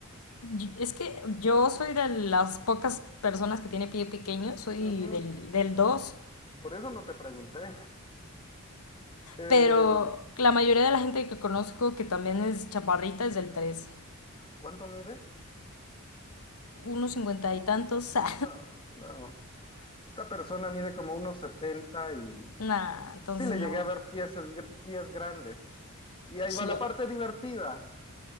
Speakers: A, on the left (about 80°); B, on the left (about 25°).
A: Y- Es que yo soy de las pocas personas que tiene pie pequeño, soy
B: Ujú.
A: del, del 2.
B: Por eso no te pregunté. Eh,
A: pero la mayoría de la gente que conozco que también es chaparrita es del 3.
B: ¿cuánto mides?
A: unos cincuenta y tantos. <laughs> ah.
B: No, no. Esta persona mide como unos 70 y
A: Nah, entonces
B: Sí, le
A: no.
B: llegué a ver pies, pies grandes. Y ahí
A: Sí.
B: va la parte divertida.